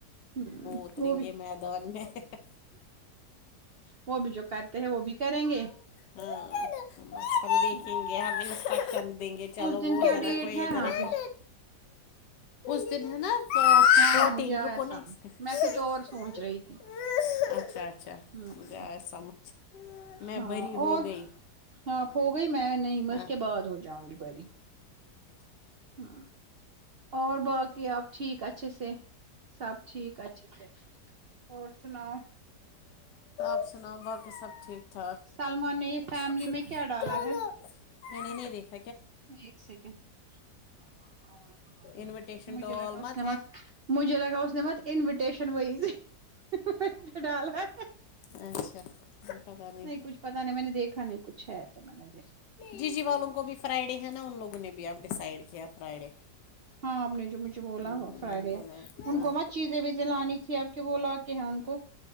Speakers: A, on the right; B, on the left.
A: ہ
B: اتریں
A: وہ بھی
B: گے میدان میں
A: وہ بھی جو کرتے ہیں وہ بھی کریں گے
B: ہاں ہم دیکھیں
A: ہ
B: گے ہم <unintelligible> دیں گے چلو
A: اس دن
B: وہ
A: کیا
B: ا دھر
A: ڈیٹ
B: رکھو یہدھر
A: ہے ہاں
B: رکھو
A: بھی
B: اس دن ہے ناٹین
A: ہاں ہاں مجھے آیا
B: رکنا
A: سم
B: ایک سیکنڈ
A: میں کچھ اور سوچ رہی تھی
B: اچھا اچھا
A: ہ ہ
B: مجھے آیا سمجھ میں
A: ہاں
B: بری
A: اور
B: ہو گئی
A: آپ ہو گئی میں نہیں میں
B: ہاں
A: اس کے بعد ہو جاؤں گی بری
B: <unintelligible>
A: ہ اور باقی آپ ٹھیک اچھے سے سب ٹھیک اچھے سے اور سناؤ
B: اپنا با کے سب ٹھیک ٹھاک
A: سلمان نے یہ فیملی
B: چلو
A: میں کیا ڈالا ہے
B: میں نہیں د
A: ایک سیکنڈ <unintelligible>
B: انویٹیشن
A: مجھے
B: ٹو
A: لگا
B: آل
A: اس نے
B: ہے
A: مت مجھے لگا اس نے مت انویٹیشن وہی <inaudible> ڈالا ہے
B: اچھا پتا نہیں
A: کچھ پتا نہیں میں نے دیکھا نہیں کچھ ہے تو میں نے دیکھا
B: ججی والوں کو بھی فرائی ہے نا ان لوگوں نے بھی اب ڈیسائڈ کیا فرائیڈے
A: ہاں آپ نے جو مجھے بولا
B: میں
A: فرائیڈے
B: بولا
A: ہے ان
B: ہاں
A: کو مت چیزیں ویزیں لانی تھی اب کہ وہ لاکے ہیں ان کو